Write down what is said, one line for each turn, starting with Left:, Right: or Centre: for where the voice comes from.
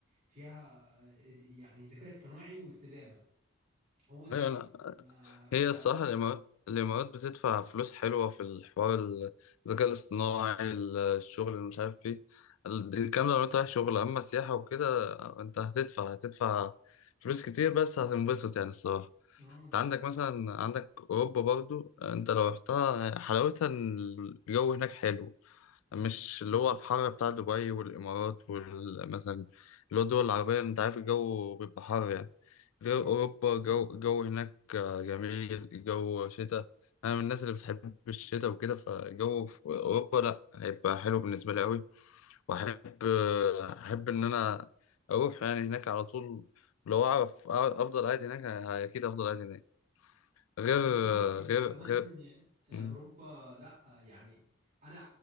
Right: فيها آه، يعني ذكاء اصطناعي واستدامة هو دايس
Left: ايوه
Right: ما
Left: هي
Right: ف
Left: الصراحة الإما- الإمارات بتدفع فلوس حلوة في الحوار الذكاء الاصطناعي الشغل اللي مش عارف ايه ال- الكلام ده لو انت رايح شغل أما سياحة وكده انت هتدفع هتدفع فلوس كتير بس هتنبسط يعني الصراحة
Right: اه
Left: انت عندك مثلا عندك أوروبا برضو انت لو رحتها حلاوتها إن الجو هناك حلو
Right: مم.
Left: مش اللي هو الحر بتاع دبي والإمارات ومثلا اللي هو الدول العربية أنت عارف الجو بيبقى حر يعني غير
Right: مم.
Left: أوروبا الجو الجو هناك جميل الجو شتاء أنا من الناس اللي بتحب الشتاء وكده فالجو في أوروبا لأ هيبقى حلو بالنسبة لي أوي وأحب أحب إن أنا أروح يعني هناك على طول لو أعرف أفضل قاعد هناك أكيد أفضل قاعد هناك غير
Right: عايز اقول لك ان
Left: غير
Right: كمان
Left: غير
Right: آه،
Left: م-
Right: اوروبا لا آه، يعني انا